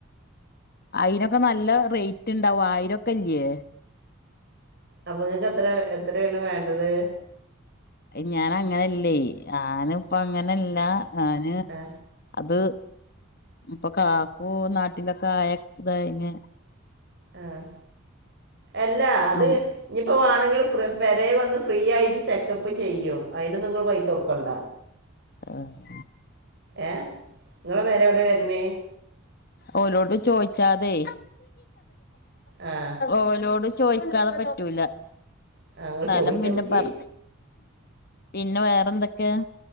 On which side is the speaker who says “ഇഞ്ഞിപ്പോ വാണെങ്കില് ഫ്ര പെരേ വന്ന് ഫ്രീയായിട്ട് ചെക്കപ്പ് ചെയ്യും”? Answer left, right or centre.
Right